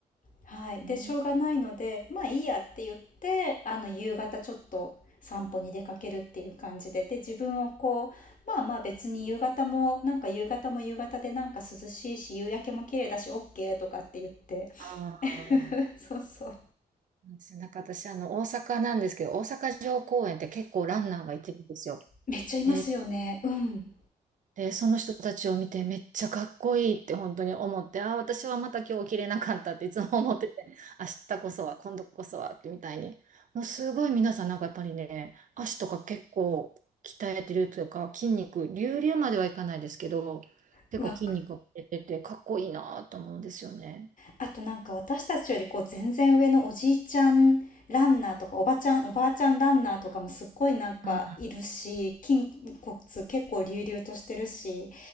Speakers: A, on the left (about 45°); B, on the right (about 40°).
A: はい。
B: ね。
A: で、しょうがないので、まあいいやって言って、あの、夕方ちょっと散歩に出かけるっていう感じで、で、自分をこう、まあまあ別に夕方も、なんか夕方も夕方でなんか涼しいし、夕焼けも綺麗だし、OK とかって言って。
B: ああ。
A: <laughs> そうそう。
B: なんですよなんか私、あの、大阪なんですけど、大阪城公園って結構ランナーがいてるんですよ。
A: めっちゃいますよね。
B: で、
A: うん。
B: で、その人たちを見てめっちゃかっこいいって本当に思って、ああ、私はまた今日起きれなかったっていつも思ってて、<laughs> 明日こそは、今度こそはってみたいに。もうすごい皆さんなんかやっぱりね、足とか結構鍛えてるというか、筋肉、隆々まではいかないですけど、結構筋肉が出てて、
A: わかる。
B: かっこいいなと思うんですよね。
A: あとなんか私たちよりこう全然上のおじいちゃんランナーとかおばちゃん、おばあちゃんランナーとかもすっごいなんかいるし、
B: うん、
A: 筋骨結構隆々としてるし、